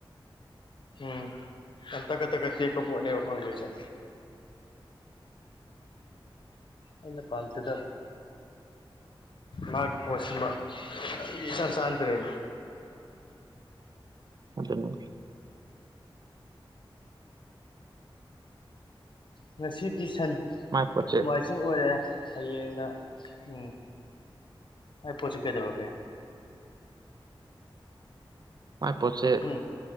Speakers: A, on the left; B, on the right.
A: ꯎꯝ ꯌꯥꯝꯇꯒꯠ ꯇꯒꯠ ꯇꯦꯛꯄ ꯄꯣꯠꯅꯦꯕ ꯐꯪꯗꯣꯏꯁꯦ ꯑꯩꯅ ꯄꯝ ꯆꯗ ꯃꯥꯒꯤ ꯄꯣꯠꯁꯤꯃ ꯏꯆꯥꯟ ꯆꯟꯗ꯭ꯔꯦꯅꯦ
B: ꯑꯗꯨꯅꯦ
A: ꯉꯁꯤꯗꯤ ꯁꯟ
B: ꯃꯥꯏ ꯄꯣꯠꯁꯦ
A: ꯅꯨꯡꯃꯥꯏ ꯆꯤꯡ ꯑꯣꯏꯔꯦ ꯍꯌꯦꯡꯅ ꯎꯝ ꯑꯩ ꯄꯣꯠꯁꯤ ꯀꯩꯗꯧꯔꯒꯦ
B: ꯃꯥꯏ ꯄꯣꯠꯆꯦ
A: ꯎꯝ